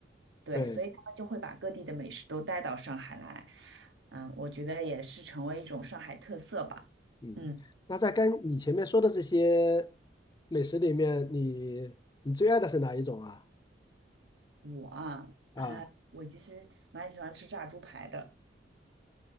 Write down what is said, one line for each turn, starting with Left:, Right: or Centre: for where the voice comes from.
Right: 对，
Left: 对，
Right: 所以他们就会把各地的美食都带到上海来。嗯，我觉得也是成为一种上海特色吧。
Left: 嗯。
Right: 嗯，
Left: 那在跟你前面说的这些美食里面，你你最爱的是哪一种啊？
Right: 我啊，
Left: 啊
Right: 呃，我其实蛮喜欢吃炸猪排的。